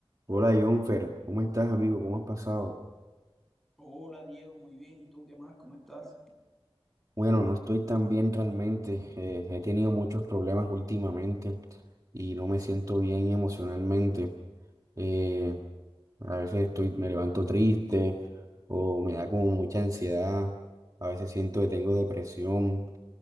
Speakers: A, on the right; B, in the centre.
A: Hola, Jonfer, ¿cómo estás, amigo? ¿Cómo has pasado?
B: Hola Diego, muy bien. ¿Y tú qué más? ¿Cómo estás?
A: Bueno, no estoy tan bien realmente. eh, he tenido muchos problemas últimamente y no me siento bien emocionalmente. eh, a veces estoy, me levanto triste o me da como mucha ansiedad. A veces siento que tengo depresión